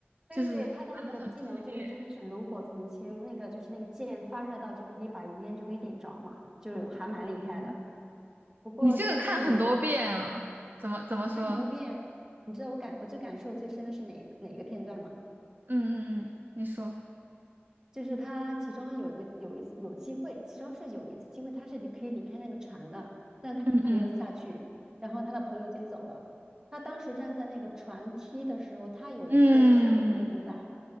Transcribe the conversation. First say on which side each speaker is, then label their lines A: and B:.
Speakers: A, on the right; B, on the right.
A: 对对对，
B: 就是玩的很激烈。
A: 他的那个技能就是真的是炉火纯青，那个就是那个剑发热到就可以把余烟就可以点着嘛，就是还蛮厉害的。
B: 嗯，
A: 不过这部电影我最
B: 你这个看很多遍啊？怎么怎么说？
A: 我看很多遍，你知道我感我最感受最深的是哪一哪一个片段吗？
B: 嗯嗯嗯，你说，
A: 就是他其中有一个有一次有机会，其中是有一次机会他是离可以离开那个船的，但他他没有下去，
B: 嗯嗯
A: 然后他的朋友已经走了。他当时站在那个船梯的时候，他有一个自我的一个独白。
B: 嗯，